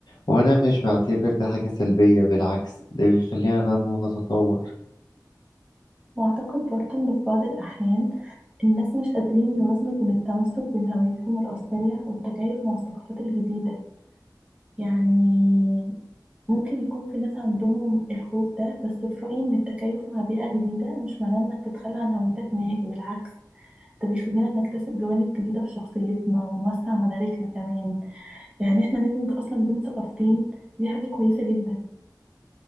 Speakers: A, on the left; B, on the right.
A: وأنا مش بعتبر ده حاجة سلبية بالعكس ده بيخلينا ننمو ونتطور
B: وأعتقد برضه إن في بعض الأحيان الناس مش قادرين يوازنوا بين التمسك بين هويتهم الأصلية والتكيف مع الثقافات الجديدة يعني ممكن يكون في ناس عندهم الخوف ده بس في رأيي إن التكيف مع بيئة جديدة مش معناه إنك تتخلى عن هويتك نهائي بالعكس ده بيخلينا نكتسب جوانب جديدة في شخصيتنا ونوسع مداركنا كمان يعني إحنا ندمج أصلا بين ثقافتين دي حاجة كويسة جدا